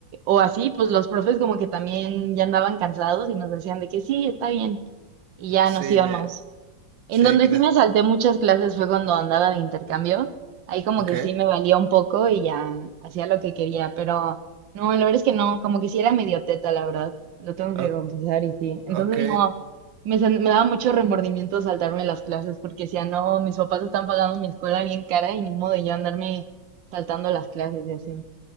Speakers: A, on the right (about 75°); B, on the right (about 45°).
A: o así, pues los profes como que también ya andaban cansados y nos decían de que sí, está bien. Y ya
B: Sí,
A: nos
B: eh,
A: íbamos. En
B: sí,
A: donde
B: crees.
A: sí me salté muchas clases fue cuando andaba de intercambio. Ahí como
B: Ok,
A: que sí me valía un poco y ya hacía lo que quería, pero no, la verdad es que no, como que sí era medio teta, la verdad. Lo tengo
B: o-
A: que confesar y sí. Entonces
B: ok.
A: no, me, sen- me daba mucho remordimiento saltarme las clases porque decía, no, mis papás están pagando mi escuela bien cara y ni modo de yo andarme saltando las clases y así.